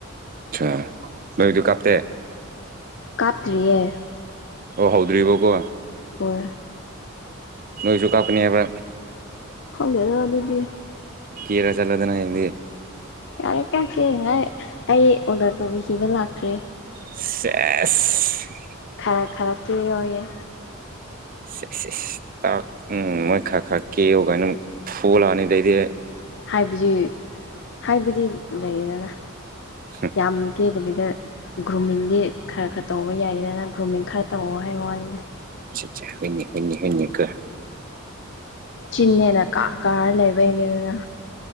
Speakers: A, on the right (about 40°); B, on the left (about 55°).
A: ꯑꯁꯥ ꯅꯣꯏꯗꯨ ꯀꯥꯞꯇꯦ
B: ꯀꯥꯞꯇ꯭ꯔꯤꯌꯦ
A: ꯑꯣ ꯍꯧꯗ꯭ꯔꯤꯕꯀꯣ
B: ꯍꯣꯏ
A: ꯅꯣꯏꯁꯨ ꯀꯥꯞꯀꯅꯤꯕ
B: ꯈꯪꯗꯦꯗ ꯑꯗꯨꯗꯤ
A: ꯀꯦꯔꯥ ꯆꯥꯠꯂꯣꯗꯅ ꯍꯌꯦꯡꯗꯤ
B: ꯌꯥꯔꯦ ꯀꯦꯅꯤꯉꯥꯏ ꯑꯩ ꯑꯣꯗꯔ ꯇꯧꯕꯤꯈꯤꯕ ꯂꯥꯛꯇ꯭ꯔꯤ
A: ꯁꯦꯁ
B: ꯈꯔ ꯈꯔ ꯀꯦꯌꯣꯌꯦ
A: ꯁꯦꯁ ꯁꯦꯁ ꯇꯣ ꯎꯝ ꯃꯣꯏ ꯈꯔ ꯈꯔ ꯀꯦꯌꯨ ꯀꯥꯏꯅ ꯐꯨꯒꯠꯂꯛꯑꯅꯤꯗꯩꯗꯤ
B: ꯍꯥꯏꯕꯖꯤ ꯍꯥꯏꯕꯗꯤ ꯂꯩꯗꯅ
A: ꯍꯨꯝ
B: ꯌꯥꯝ ꯀꯦꯗꯕꯤꯗ ꯒ꯭ꯔꯨꯃꯤꯡꯗꯤ ꯈꯔ ꯈꯔ ꯇꯧꯕ ꯌꯥꯏꯗꯅ ꯒ꯭ꯔꯨꯃꯤꯡ ꯈꯔ ꯇꯧꯋꯣ ꯍꯥꯏꯕ ꯋꯥꯅꯤꯗ
A: <unintelligible> ꯍꯣꯏꯅꯦ ꯍꯣꯏꯅꯦ ꯍꯣꯏꯅꯦꯀꯣ
B: ꯆꯤꯟꯅꯦꯅ ꯀꯥ ꯀꯥꯔ ꯂꯩꯕꯩꯅꯤꯗꯅ